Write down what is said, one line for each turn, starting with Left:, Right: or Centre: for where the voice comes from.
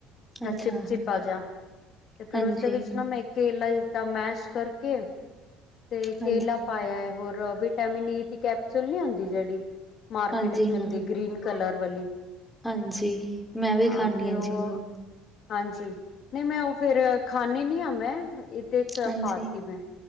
Left: ਫ
Centre: ਅੱਛਾ
Left: ਚਿਪਚਿਪਾ ਜਾ ਤੇ ਫੇਰ
Centre: ਹਾਂਜੀ
Left: ਓਸਦੇ ਵਿੱਚ ਨਾ ਮੈਂ ਕੇਲਾ ਜਿਦਾ ਮੈਸ਼ ਕਰਕੇ ਤੇ ਕੇਲਾ
Centre: ਹਾਂਜੀ
Left: ਪਾਇਆ ਐ ਹੋਰ ਵਿਟਾਮਿਨ ਈ ਦੀ ਕੈਪਸੂਲ ਨੀ ਹੁੰਦੀ ਜੇੜੀ ਮਾਰਕੀਟ
Centre: ਹਾਂਜੀ
Left: ਚ ਮਿਲਦੀ
Centre: ਹਾਂ
Left: ਗ੍ਰੀਨ ਕਲਰ ਵਾਲੀ।
Centre: ਹਾਂਜੀ ਮੈਂ ਵੀ
Left: ਹਾਂ
Centre: ਖਾਨੀ
Left: ਤੇ
Centre: ਆ
Left: ਉਹ
Centre: ਜੀ ਓਹੋ
Left: ਹਾਂਜੀ ਨਈ ਮੈਂ ਓ ਫਿਰ ਖਾਨੀ ਨੀ ਆ ਮੈਂ ਸ
Centre: ਹਾਂਜੀ
Left: ਪਾਤੀ ਮੈਂ